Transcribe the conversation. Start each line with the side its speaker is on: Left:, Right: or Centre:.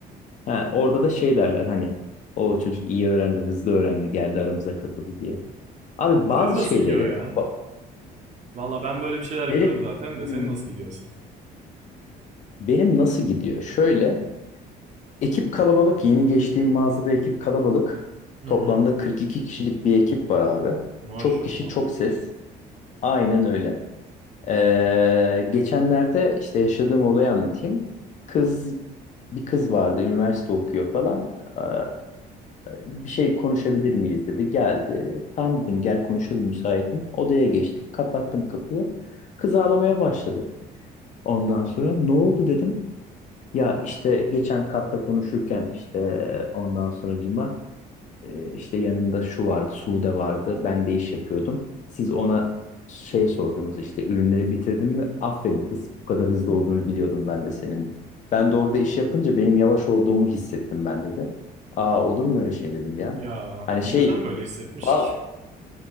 Left: Ha, orada da şey derler hani o çocuk iyi öğrendi, hızlı öğrendi, geldi aramıza katıldı diye. Abi
Right: Senin
Left: bazı
Right: nasıl
Left: şeyleri
Right: gidiyor ya?
Left: ba-
Right: Valla ben böyle bir şeyler yaparım
Left: benim,
Right: zaten de
Left: Hmm.
Right: senin nasıl gidiyor asıl?
Left: benim nasıl gidiyor? Şöyle Ekip kalabalık. Yeni geçtiğim mağazada ekip kalabalık.
Right: Hı
Left: Toplamda
Right: hı.
Left: 42 kişilik bir ekip var abi.
Right: Maşallah.
Left: Çok kişi çok ses. Aynen öyle. Ee, geçenlerde işte yaşadığım olayı anlatayım. Kız bir kız vardı üniversite okuyor falan. Ee, bir şey konuşabilir miyiz dedi. Geldi. Tamam dedim gel konuşalım müsaitim. Odaya geçtik. Kapattım kapıyı. Kız ağlamaya başladı. Ondan sonra ne oldu dedim. Ya işte geçen katta konuşurken işte ondan sonracıma e, işte yanımda şu vardı, Sude vardı. Ben de iş yapıyordum. Siz ona şey sordunuz işte ürünleri bitirdin mi? Aferin kız bu kadar hızlı olduğunu biliyordum ben de senin. Ben de orada iş yapınca benim yavaş olduğumu hissettim ben dedi. Aa olur mu öyle şey dedim ya.
Right: Ya
Left: Hani
Right: neden
Left: şey
Right: böyle hissetmiş
Left: val-
Right: ki?